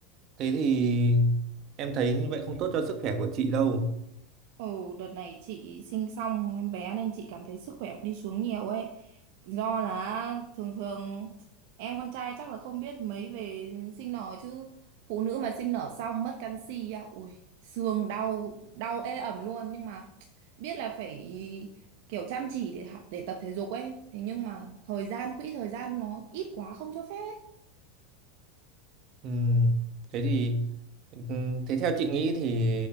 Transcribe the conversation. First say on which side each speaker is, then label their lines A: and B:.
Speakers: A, on the right (about 45°); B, on the right (about 60°).
A: thế thì em thấy như vậy không tốt cho sức khỏe của chị đâu.
B: Ồ, đợt này chị sinh xong em bé nên chị cảm thấy sức khỏe cũng đi xuống nhiều ấy. Do là thường thường em con trai chắc là không biết mấy về sinh nở chứ phụ nữ mà sinh nở xong mất canxi á, ui, xương đau đau ê ẩm luôn nhưng mà biết là phải kiểu chăm chỉ để hạ- để tập thể dục ấy. Thế nhưng mà thời gian quỹ thời gian nó ít quá không cho phép ấy.
A: Ừm, thế thì ừm, thế theo chị nghĩ thì